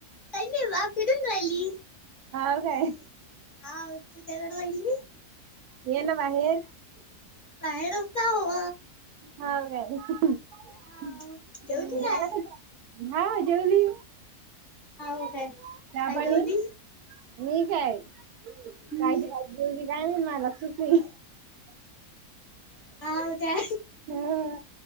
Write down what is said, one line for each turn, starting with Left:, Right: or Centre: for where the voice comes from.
Left: काही नाही जा फिडून राहिली.
Right: हाव काय.
Left: हा तू तेजावर वहिली.
Right: ये ना बाहेर.
Left: बाहेर असा व.
Right: हाव, झालं का
Left: हाव
Right: जेवण?
Left: जेवली काय
Right: हा जेवली.
Left: हाव काय,
Right: चहा
Left: काय
Right: पाणी
Left: जेवली?
Right: मी काय, काय
Left: हम्म
Right: जी काय जेवली. काय नाही माला सुख नाही.
Left: हाव त्या,
Right: हा